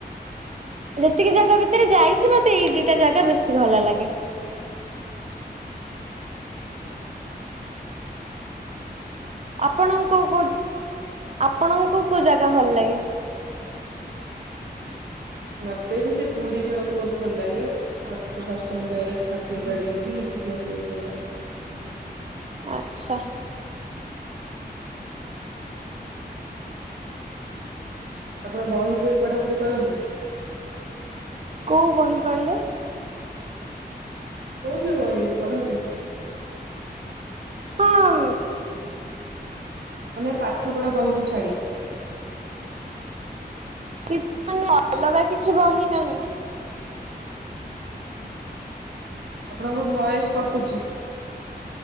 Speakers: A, on the right (about 40°); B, on the right (about 70°).
A: ଯେତିକି ଜାଗା ଭିତରେ ଯାଇଚି, ମତେ ଏଇ ଦିଟା ଜାଗା ବେଶୀ ଭଲ ଲାଗେ।
B: <inaudible> ଆଛା।
A: ଆପଣଙ୍କୁ କଉ କଉ ଆପଣଙ୍କୁ କୋଉ ଜାଗା ଭଲ ଲାଗେ?
B: ମତେ ବି ସେ ପୁରୀ ଯିବାକୁ ବହୁତ ଭଲ ଲାଗେ ଆଉ ଆମର ସତ୍ସଙ୍ଗ ବିହରେ ଠାକୁର ବାଡି ଅଛି। କି ଯିବାକୁ ବହୁତ ଭଲ ଲାଗେ।
A: ଆଚ୍ଛା।
B: ଆପଣ ବହି ଫହି ପଢାପଢି କରନ୍ତି?
A: କୋଉ ବହି କହିଲେ?
B: କଉ ବି ବହି ପଢ଼ନ୍ତି କି?
A: ହଁ
B: ମାନେ ପାଠପଢା ବହିକୁ ଛାଡିକି।
A: ଦିଦି ମାନେ ଅଲଗା କିଛି ବହି ନାହିଁ।
B: ଆପଣଙ୍କ ଭୟସ କଟୁଚି।